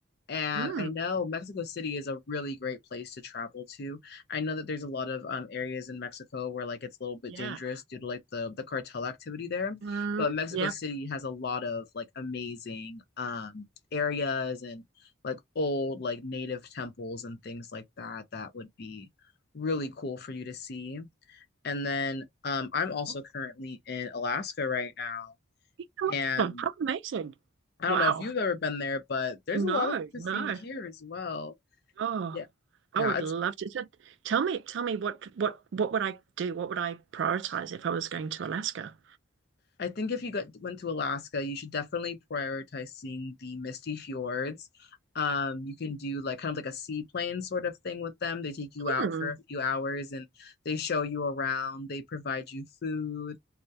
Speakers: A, on the left; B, on the right.
A: and
B: Mm,
A: I know Mexico City is a really great place to travel to. I know that there's a lot of um, areas in Mexico where like it's a little bit
B: yeah.
A: dangerous due to like the the cartel activity there,
B: Mm,
A: but Mexico
B: yeah.
A: City has a lot of like amazing um areas and like old like native temples and things like that that would be really cool for you to see. And then um I'm also
B: Oh,
A: currently in Alaska right now
B: yeah,
A: and
B: awesome. How amazing.
A: I
B: Wow.
A: don't know if you've ever been there, but there's
B: No,
A: a lot of to
B: no.
A: see here as well.
B: Oh,
A: Yeah,
B: I
A: yeah,
B: would
A: it's
B: love to. So tell me, tell me what what what would I do? What would I prioritize if I was going to Alaska?
A: I think if you got went to Alaska, you should definitely prioritize seeing the misty fjords. Um, you can do like kind of like a seaplane sort of thing with them. They take you out
B: Hmm.
A: for a few hours and they show you around, they provide you food.